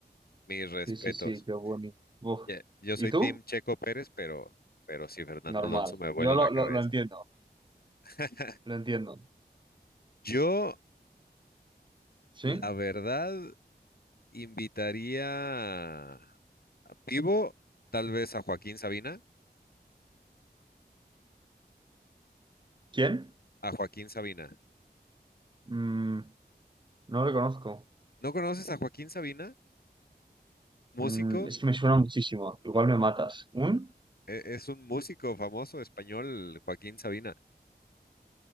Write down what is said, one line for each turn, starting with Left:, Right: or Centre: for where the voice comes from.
Left: Mis respetos.
Right: Sí, sí, sí, qué bonito. Uf.
Left: Ya, Yo
Right: ¿Y
Left: soy
Right: tú?
Left: Team Checo Pérez, pero, pero sí, Fernando
Right: Normal.
Left: Alonso me vuela
Right: Yo
Left: la
Right: lo,
Left: cabeza.
Right: lo, lo entiendo,
Left: <laughs>
Right: lo entiendo.
Left: Yo,
Right: ¿Sí?
Left: la verdad. Invitaría a- vivo, tal vez a Joaquín Sabina.
Right: ¿Quién?
Left: A Joaquín Sabina.
Right: Mm, no lo conozco.
Left: ¿No conoces a Joaquín Sabina? Músico.
Right: Mm, es que me suena muchísimo. Igual me matas. ¿Un?
Left: E- Es un músico famoso español, Joaquín Sabina.